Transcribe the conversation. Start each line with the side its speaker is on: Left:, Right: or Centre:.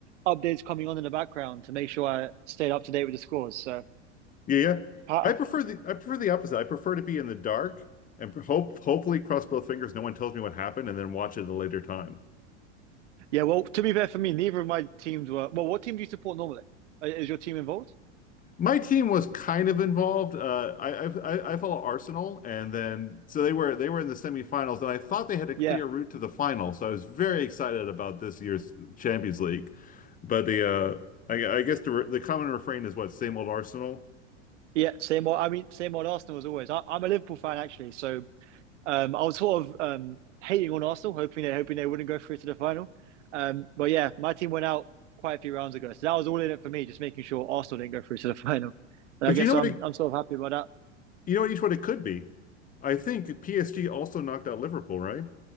Right: updates coming on in the background to make sure I stayed up to date with the scores. So,
Left: Yeah, yeah.
Right: uh,
Left: I prefer the I prefer the opposite. I prefer to be in the dark and hope hopefully cross both fingers no one tells me what happened and then watch it at a later time.
Right: yeah. Well, to be fair for me, neither of my teams were. Well, what team do you support normally? Uh, Is your team involved?
Left: My team was kind of involved. Uh, I, I I I follow Arsenal, and then so they were they were in the semifinals, and I thought they had a clear
Right: Yeah,
Left: route to the final. So I was very excited about this year's Champions League, but the uh, I, I guess the, re- the common refrain is what same old Arsenal.
Right: yeah. Same old. I mean, same old Arsenal as always. I, I'm a Liverpool fan actually, so Um, I was sort of um, hating on Arsenal, hoping they hoping they wouldn't go through to the final. Um, but yeah, my team went out quite a few rounds ago, so that was all in it for me, just making sure Arsenal didn't go through to the <laughs> final. And
Left: But
Right: I guess
Left: you know
Right: I'm
Left: what it,
Right: I'm sort of happy about that.
Left: you know what each one it could be. I think PSG also knocked out Liverpool, right?